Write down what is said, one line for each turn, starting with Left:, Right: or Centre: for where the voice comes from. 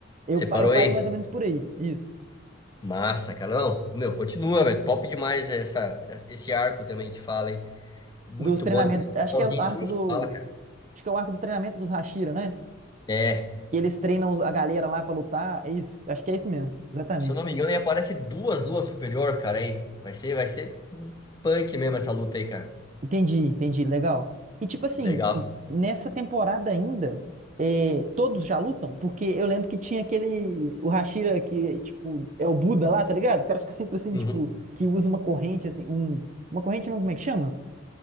Right: Eu,
Left: Você
Right: pa-
Left: parou
Right: eu parei
Left: aí?
Right: mais ou menos por aí, isso.
Left: Massa, cara. Não, meu, continua, velho. Top demais essa, esse arco também que fala, hein? Muito
Right: Dos treinamentos.
Left: bom. Depois
Right: Acho
Left: sozinho,
Right: que é o arco
Left: então nem se
Right: do.
Left: fala, cara.
Right: Acho que é o arco do treinamento dos Hashira, né?
Left: É,
Right: Que eles treinam os- a galera lá pra lutar. É isso. Acho que é isso mesmo. Exatamente.
Left: se eu não me engano, aí aparece duas luas superior, cara, hein? Vai ser, vai ser punk mesmo essa luta aí, cara.
Right: Entendi, entendi, legal. E tipo assim,
Left: Legal.
Right: nessa temporada ainda, é, todos já lutam? Porque eu lembro que tinha aquele, o Hashira que, tipo, é o Buda lá, tá ligado? O cara fica sempre assim,
Left: Uhum.
Right: tipo, que usa uma corrente, assim, um, uma corrente não, como é que chama?